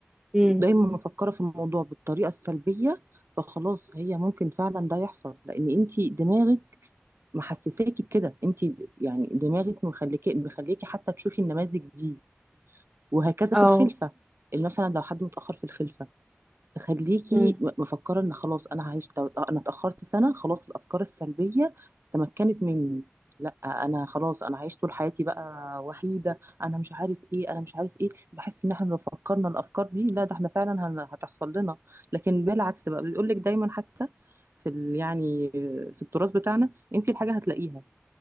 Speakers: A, on the right; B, on the right.
A: امم
B: دايما مفكرة في الموضوع بالطريقة السلبية فخلاص هي ممكن فعلا ده يحصل لان انتي دماغك محسساكي بكده انتي يعني دماغك مخليكي مخليكي حتى تشوفي النماذج دي وهكذا
A: اه
B: في الخلفة مثلا لو حد متأخر في الخلفة تخليكي
A: امم
B: م- مفكرة ان خلاص انا هعيش تو- انا اتأخرت سنة خلاص الافكار السلبية تمكنت مني لا انا خلاص انا عايش طول حياتي بقى وحيدة انا مش عارف ايه انا مش عارف ايه بحس ان احنا لو فكرنا الافكار دي لا ده احنا فعلا هن- هتحصل لنا لكن بالعكس بقى بيقول لك دايما حتى في ال يعني في التراث بتاعنا انسي الحاجة هتلاقيها